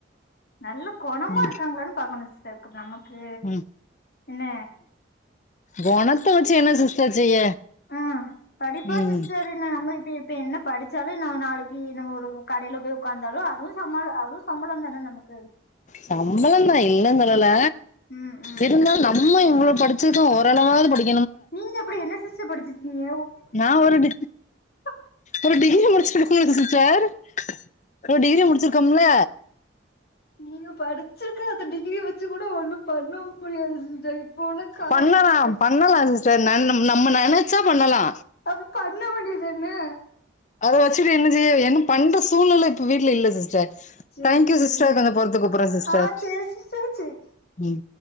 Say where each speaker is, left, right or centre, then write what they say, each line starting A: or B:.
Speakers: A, on the left; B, on the left.
A: நல்ல கொணமா
B: ம்
A: இருக்காங்ளான் பாக்கணு சிஸ்டர் இப்ப நமக்கு
B: ம்
A: என்ன
B: கொணத்த வச்சு என்ன சிஸ்ட்ர் செய்ய
A: ஆ படிப்பு
B: ம்
A: சிஸ்டர் நம் இப் இப்ப என்ன படிச்சாலு நா நாளைக்கு நம்ம ஒரு கடைல போய் உக்காந்தாலு அதுவு சம்பலோ அதுவு சம்பளம் தான நமக்கு
B: சம்பளம் தான் இல்ல சொல்லல
A: ம் ம்
B: இருந்தாலு நம்ம படிச்சது ஓரளவாது படிக்
A: நீங்க அப்டி என்ன சிஸ்டர் படிச்சுருக்கீங்க
B: நா ஒரு டி
A: <unintelligible>
B: ஒரு டிகிரி முடிச் எக்ஸ்கீயூஸ் மி சிஸ்டர் ஒரு டிகிரி முடிச்சுருக்கோம்ல
A: நீங்க படிச்சிருக்க அந்த டிகிரி வெச்சு கூட ஒண்ணு பண்ண முடியாது சிஸ்டர் உள்ள காலகட்ட
B: பண்ணலா பண்ணலா சிஸ்டர் நெ நம்ம நெனச்சா பண்ணலா
A: அப்ப பண்ண வேண்டி தானே
B: அத வெச்சுட்டு என்ன செய்ய என்னு பண்ற சூழ்நில இப்ப வீட்ல இல்ல சிஸ்டர்
A: சேரி
B: தேங்க்யூ
A: சேரி
B: சிஸ்டர் கொஞ்சோ பொறுத்து கூப்புறே சிஸ்டர்
A: ஆ சேரி சிஸ்டர் சேரி
B: ம்